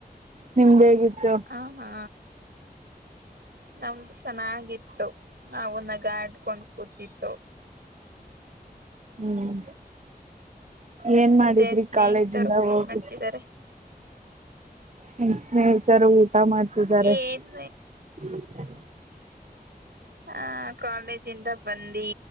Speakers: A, on the right; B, on the right.
A: ನಿಮ್ದ ಹೇಗಿತ್ತು
B: ಹ ಹಾ ನಮ್ದು ಚೆನ್ನಾಗಿತ್ತು ನಾವು ನ ಗಾಡು ಕೊಂಡ್ ಕೂತಿದ್ದು
A: ಹ್ಮ್ ಏನ್
B: ಮತ್ತೆ
A: ಮಾಡಿದ್ರಿ
B: ಸ್ನೇಹಿತರು
A: ಕಾಲೇಜಿಂದ ಹೋಗಿ
B: ಏನ್ ಮಾಡ್ತಿದ್ದಾರೆ
A: ಹ್ಮ ಸ್ನೇಹಿತರು ಊಟ ಮಾಡ್ತಿದ್ದಾರೆ
B: ಏನ್
A: ಹ್ಮ
B: ಹಹ ಕಾಲೇಜಿಂದ ಬಂದಿ